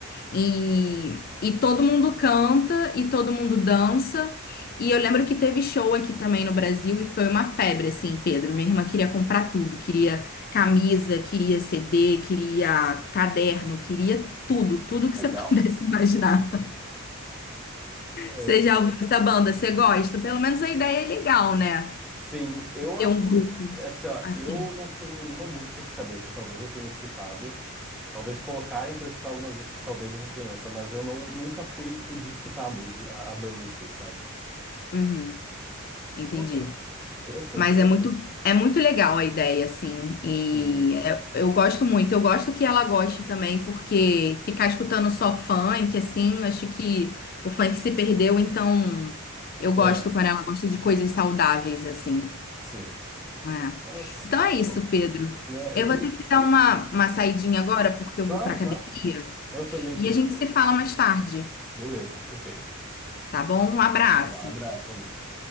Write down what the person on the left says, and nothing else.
E, e todo mundo canta e todo mundo dança. E eu lembro que teve show aqui também no Brasil e foi uma febre, assim, Pedro. Minha irmã queria comprar tudo, queria camisa, queria CD, queria caderno, queria tudo, tudo que
você <laughs> pudesse imaginar.
Você já ouviu essa banda? Você gosta? Pelo menos a ideia é legal, né?
Ter
um grupo
assim.
Uhum,
entendi.
Mas é muito, é muito legal a ideia, assim. E
é- eu gosto muito. Eu gosto que ela goste também, porque ficar escutando só funk, assim, eu acho que o funk se perdeu, então eu gosto
quando ela gosta de coisas saudáveis, assim.
né?
Então é
isso, Pedro.
Eu
vou ter que dar uma, uma saidinha agora, porque eu
vou pra academia.
E
a gente
se fala mais tarde,
tá bom? Um abraço.